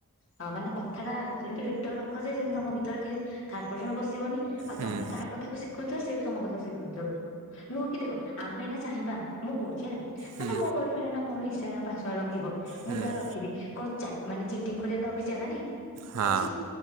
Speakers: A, on the left (about 60°); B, on the right (about 85°).
A: ତାମାନେ କ କଥାଟା ଏମିତି ପେଟରେ ରଖଯେ ଯେମିତି ତମ ଭିତରେ କେହି ଥାର୍ଡ ପର୍ସନ୍ ପସିବନି ଆଉ
B: ହୁଁ
A: ତମେ ତାହା କଥାକୁ ଶି କହିଥିଲ ସିଏବି ତମକଥା ଶିଖେଇଥିଲୁ ନୁହଁକି ଦେହ ଆମେ ଏଇନା ଚାହିଁବା ମୁଁ କହୁଚି ହେଲା
B: ହୁଁ
A: ଧରିନିଅ ମୋ ବୟେଫ୍ରେଣ୍ଡ ମୋର ଇଷ୍ଟାଗ୍ରାମ ପାସୱାଡ଼ ରଖିବ
B: ହୁଁ
A: ମୁଁ ତାର ରଖିବି କଣ ଚା ମାନେ ଚିଟିଙ୍ଗ କରିବାକୁ ଆଉ କିଛି ଜାଗା ନାହିଁ
B: ହଁ
A: ଅଛି।